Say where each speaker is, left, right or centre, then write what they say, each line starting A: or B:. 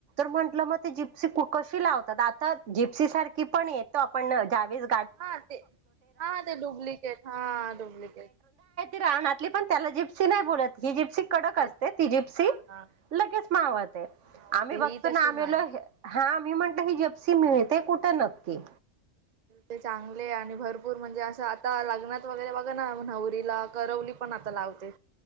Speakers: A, on the right; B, on the right.
A: म्हंटलं मग जिप्सी कशी लावात आ जप्सी सारखी पण येत आपण राडु्.
B: हा ते हा ते डुप्लिकेट हा डुप्लिकेट
A: राहली पण त्याला जिप्सी नाही बोलत ही जिप्सी कडक
B: पाहि
A: असते ती जिप्सी
B: हा हा
A: लगेच मावत आहे
B: मावलते
A: आम्ही बघतो
B: ही तशी
A: ना आमहीला
B: नाही.
A: हा मी म्हणत हि ज ी मिळते कुठं नक्की
B: ते चांगले आणि भरपूर म्हणजे असं आता लग्नात वगैरे बघा ना नवरीला तरवली पण आता लावते.